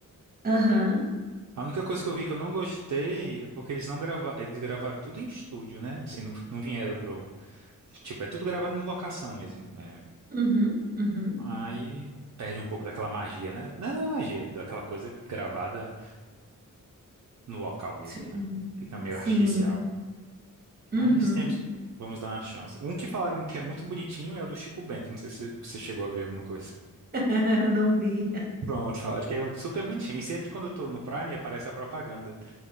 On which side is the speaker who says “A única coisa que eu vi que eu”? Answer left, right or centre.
Right